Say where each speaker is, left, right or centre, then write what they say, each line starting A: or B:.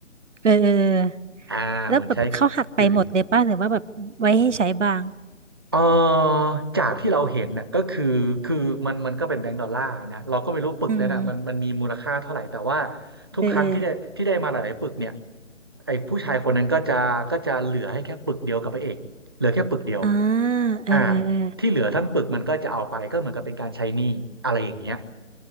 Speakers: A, on the right; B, on the right.
A: เออเออเออ
B: อ่าเหมือนใช้
A: แล้วแบบเขาหักไปหมดเลยป่ะหรือว่าแบบไว้ให้ใช้บ้าง
B: คืน เออจากที่เราเห็นน่ะก็คือคือมันมันก็เป็นแบงก์ดอลลาร์นะเราก็ไม่รู้ปึกนั้นน่ะมันมันมีมูลค่าเท่าไหร่แต่ว่า
A: อืม
B: ทุกครั้งที่ได้ที่ได้มาหลายๆปึกเนี่ย
A: เออเออ
B: ไอ้ผู้ชายคนนั้นก็จะก็จะเหลือให้แค่ปึกเดียวกับพระเอกเหลือแค่ปึกเดียว
A: อ่าเออเออเออ
B: อ่าที่เหลือทั้งปึกมันก็จะเอาไปก็เหมือนกับเป็นการใช้หนี้อะไรอย่างเงี้ย